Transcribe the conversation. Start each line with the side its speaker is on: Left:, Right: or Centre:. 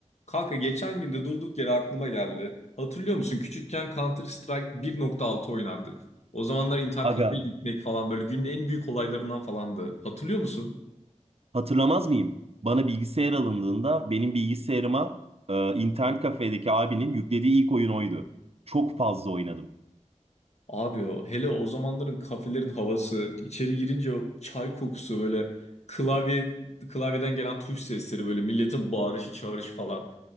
Left: Kanka geçen gün de durduk yere aklıma geldi. Hatırlıyor musun? Küçükken Counter Strike 1.6 oynardık. O zamanlar intercafe'ye
Right: Aga,
Left: gitmek falan böyle günün en büyük olaylarından falandı. Hatırlıyor musun?
Right: hatırlamaz mıyım? Bana bilgisayar alındığında benim bilgisayarıma e, internet kafedeki abinin yüklediği ilk oyun oydu. Çok fazla oynadım.
Left: Abi o hele o zamanların kafelerin havası, içeri girince o çay kokusu böyle klavye klavyeden gelen tuş sesleri böyle milletin bağırışı çağrışı falan.